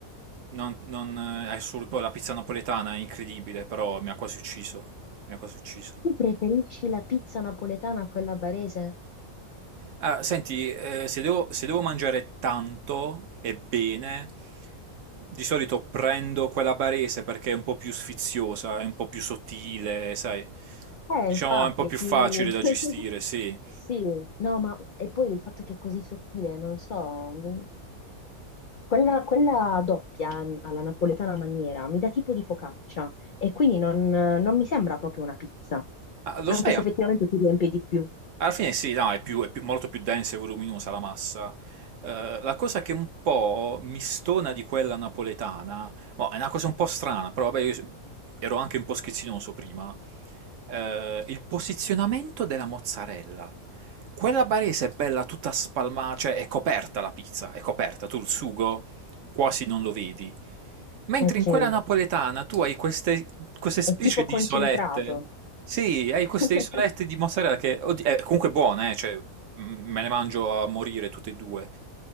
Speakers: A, on the right; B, on the left.
A: non, non, eh, è sul- poi la pizza napoletana è incredibile, però mi ha quasi ucciso, mi ha quasi ucciso.
B: tu preferisci la pizza napoletana a quella barese?
A: Ah, senti, eh, se devo, se devo mangiare tanto e bene, di solito prendo quella barese perché è un po' più sfiziosa, è un po' più sottile, sai,
B: Eh,
A: diciamo
B: infatti,
A: è un po' più
B: è più...
A: facile
B: <laughs>
A: da gestire, sì.
B: Sì, no, ma e poi il fatto che è così sottile, non so, mi- quella, quella doppia mm, alla napoletana maniera mi dà tipo di focaccia e quindi non, non mi sembra proprio una pizza,
A: Ah, lo
B: anche
A: sai,
B: se
A: a-
B: effettivamente ti riempie di più.
A: alla fine sì, no, è più- è più- molto più densa e voluminosa la massa. Eh, la cosa che un po' mi stona di quella napoletana, boh, è una cosa un po' strana, però vabbè, io s- ero anche un po' schizzinoso prima, eh, il posizionamento della mozzarella. Quella barese è bella tutta spalmata, cioè è coperta la pizza, è coperta, tu il sugo quasi non lo vedi. Mentre
B: Ok,
A: in quella
B: è
A: napoletana tu hai queste, queste specie
B: tipo
A: di
B: concentrato.
A: isolette. Sì, hai
B: <laughs>
A: queste isolette di mozzarella che oddi- eh, comunque buone, eh, cioè m- me le mangio a morire tutte e due.